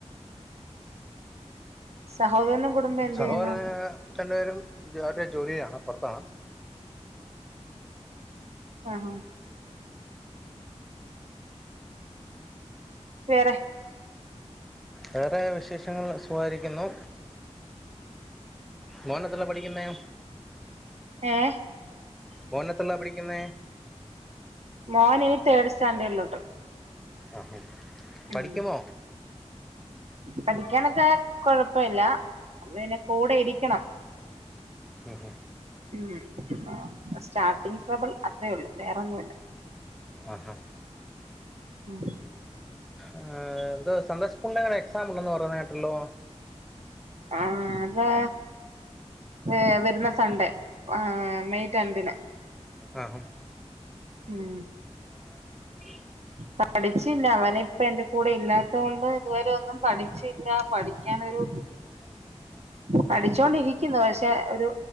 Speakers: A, on the right; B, in the centre.
A: സഹോദരനും കുടുംബം എന്ത്
B: സഹോദര
A: ചെയ്യുന്നു
B: രണ്ട് പേരും അവരുടെ ജോലിയിലാണ് പൊറത്താണ്.
A: ആഹ് വേറെ
B: വേറെ വിശേഷങ്ങള് സുഖായിരിക്കുന്നു. മോന് എത്രേലാ പഠിക്കുന്നേ?
A: ഏഹ്
B: മോന് എത്രേലാ പഠിക്കുന്നേ?
A: മോന് തേട് സ്റ്റാൻഡേർഡിലോട്ട്.
B: ആഹ് ആഹ് പഠിക്കുമോ?
A: ഉം പഠിക്കാനൊക്കെ കൊഴപ്പല്ല പിന്നെ കൂടെ ഇരിക്കണം.
B: ഉഹും
A: ഉം അ സ്റ്റാർട്ടിങ് ട്രബിൾ അത്രേ ഉള്ളു വേറൊന്നുല്ല.
B: ആഹ് ആഹ്
A: ഉം
B: ഏഹ് ത് സൺഡേസ്‌കൂളിന് ഇങ്ങനെ എക്സാം ഉണ്ടെന്ന് പറയുന്ന കേട്ടല്ലോ?
A: ആഹ് ദാ ഏഹ് വരുന്ന സൺഡേ ആഹ് മെയ് രണ്ടിന്.
B: ആഹ്‌ഹും.
A: ഉം
B: <inaudible>
A: പഠിച്ചില്ല അവന് ഇപ്പ എന്റെ കൂടെ ഇല്ലാത്തോണ്ട് ഇതുവരെ ഒന്നും പഠിച്ചില്ല. പഠിക്കാനൊരു
B: <inaudible>
A: പഠിച്ചോണ്ടിരിക്കുന്നു പക്ഷെ ഒരു